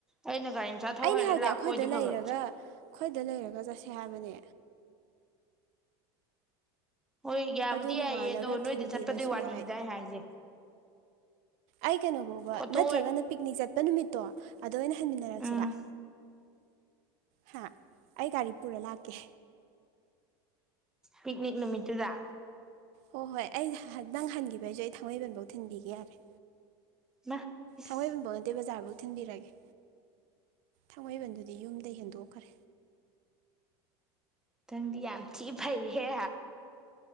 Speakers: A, in the centre; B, on the right.
A: ꯑꯩꯅ ꯒꯥꯔꯤ ꯃꯆꯥ ꯊꯧ
B: ꯑꯩꯅ
A: ꯍꯩꯔ
B: ꯍꯥꯏꯕꯗꯤ
A: ꯂꯥꯛꯄ
B: ꯑꯩꯈꯣꯏꯗ
A: ꯑꯣꯏꯗꯤ ꯐꯕ
B: ꯂꯩꯔꯒ ꯑꯩꯈꯣꯏꯗ ꯂꯩꯔꯒ ꯆꯠꯁꯦ ꯍꯥꯏꯕꯅꯦ
A: ꯍꯣꯏ ꯌꯥꯕꯨꯗꯤ
B: ꯑꯗꯨ ꯅꯣꯡꯉꯥꯜꯂꯒ
A: ꯌꯥꯏꯌꯦ ꯑꯗꯣ ꯅꯣꯏꯗꯤ
B: ꯊꯤꯟꯕꯤꯔꯁꯨ
A: ꯆꯠꯄꯗꯨ ꯋꯥꯅꯤꯗ
B: ꯌꯥꯏ
A: ꯑꯩ ꯍꯥꯏꯁꯦ
B: ꯑꯩ ꯀꯩꯅꯣꯐꯧꯕ
A: ꯐꯣꯇꯣ
B: ꯅꯠꯇ꯭ꯔꯒꯅ ꯄꯤꯛꯅꯤꯛ ꯆꯠꯄ ꯅꯨꯃꯤꯠꯇꯣ ꯑꯗꯨꯗ ꯑꯣꯏꯅ ꯍꯟꯃꯤꯟꯅꯔꯛꯁꯤꯔꯥ
A: ꯎꯝ
B: ꯍꯥ ꯑꯩ ꯒꯥꯔꯤ ꯄꯨꯔ ꯂꯥꯛꯀꯦ
A: ꯄꯤꯛꯅꯤꯛ ꯅꯨꯃꯤꯠꯇꯨꯗ
B: ꯍꯣꯏ ꯍꯣꯏ ꯑꯩ ꯅꯪ ꯍꯟꯈꯤꯕꯩꯁꯨ ꯑꯩ ꯊꯥꯡꯃꯩꯕꯟꯐꯧ ꯊꯤꯟꯕꯤꯒꯦ ꯌꯥꯔꯦ
A: ꯃꯥ ꯏꯁ
B: ꯊꯥꯡꯃꯩꯕꯟꯕꯥꯎ ꯅꯠꯇꯦ ꯕꯖꯥꯔꯐꯧ ꯊꯤꯟꯕꯤꯔꯒꯦ ꯊꯥꯡꯃꯩꯕꯟꯗꯨꯗꯤ ꯌꯨꯝꯗꯩ ꯍꯦꯟꯗꯣꯛꯈ꯭ꯔꯦ
A: ꯊꯪꯗꯤ ꯌꯥꯝꯊꯤ ꯐꯩꯍꯦ